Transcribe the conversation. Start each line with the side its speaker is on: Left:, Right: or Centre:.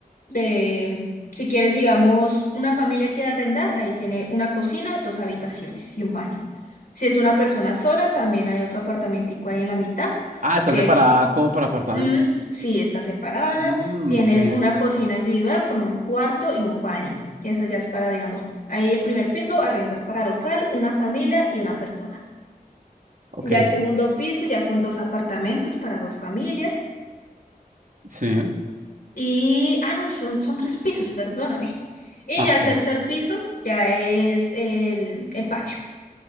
Left: de, si quieres, digamos, una familia quiere arrendar, ahí tiene una cocina, dos habitaciones y un baño. Si es una persona sola, también hay otro apartamentico ahí en la mitad,
Right: Ah, está
Left: que
Right: separada
Left: es
Right: como por apartamento.
Left: Mm, sí, está separada.
Right: Mm,
Left: Tienes
Right: ok,
Left: una cocina individual con un cuarto y un baño. Y esa ya es para, digamos, ahí el primer piso, arrendar para local, una familia y una persona.
Right: ok,
Left: Ya el segundo piso ya son dos apartamentos para dos familias.
Right: sí.
Left: Y, ah, no, son, son tres pisos, perdóname. Y
Right: Ah,
Left: ya
Right: ok.
Left: el tercer piso ya es el, el patio.